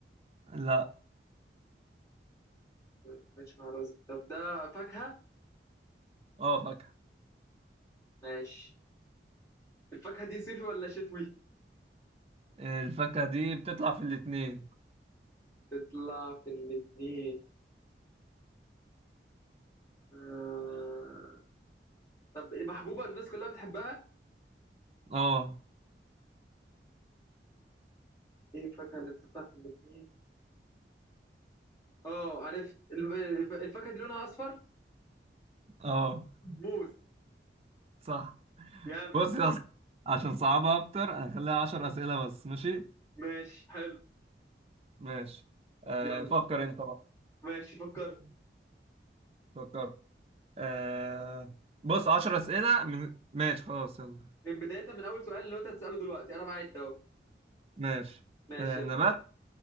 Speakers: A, on the right (about 35°); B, on the left (about 15°).
A: لا
B: ما بيتعملش مع رز طب ده فاكهة
A: اه فاكهة
B: ماشي الفاكهة دي صيفي ولا شتوي؟
A: الفاكهة دي بتطلع في الاتنين
B: تطلع في الاتنين آه... طب إيه محبوبة الناس كلها بتحبها؟
A: اه
B: ايه الفاكهة اللي بتطلع في الاتنين؟ اه عرفت الب- الف- الفاكهة دي لونها أصفر؟
A: اه
B: موز
A: صح
B: جامد
A: بص يا اسطى عشان صعبها اكتر هنخليها عشر اسئلة بس ماشي
B: ماشي حلو
A: ماشي آه
B: يلا
A: فكر انت بقى
B: ماشي فكرت
A: فكر آه بص عشر أسئلة من ماشي خلاص يلا
B: من بداية من أول سؤال اللي هو أنت هتسأله دلوقتي أنا بعد أهو
A: ماشي
B: ماشي
A: آه
B: يلا
A: نبات